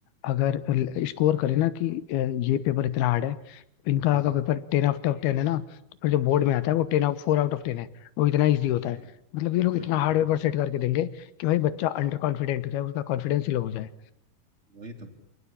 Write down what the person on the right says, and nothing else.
हाँ
वही
वही
वही
वही तो